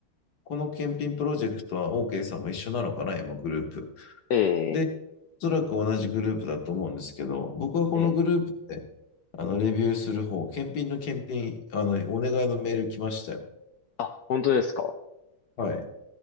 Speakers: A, on the left (about 50°); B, on the left (about 75°).
A: この検品プロジェクトは OK さんも一緒なのかな、今、グループ。
B: ええ、
A: で、おそらく同じグループだと思うんですけど、僕はこのグループで、
B: ええ。
A: あの、レビューする方、検品の検品、あの、お願いのメール来ましたよ。
B: あ、本当ですか。
A: はい。